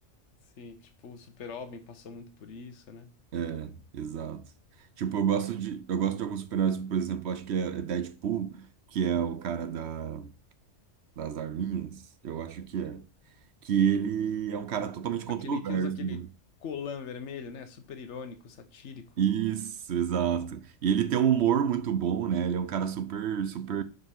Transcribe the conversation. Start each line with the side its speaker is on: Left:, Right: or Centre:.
Left: sim, tipo, o Super-Homem passou muito por isso, né?
Right: É, exato. Tipo, eu gosto de, eu gosto de alguns super-heróis, por exemplo, acho que é é Deadpool, que é o cara da das arminhas, eu acho que é. Que ele é um cara totalmente controverso,
Left: Aquele que usa aquele
Right: né?
Left: colã vermelho, né? Super irônico, satírico,
Right: Isso, exato. E ele tem um humor muito bom, né? Ele é um cara super, super.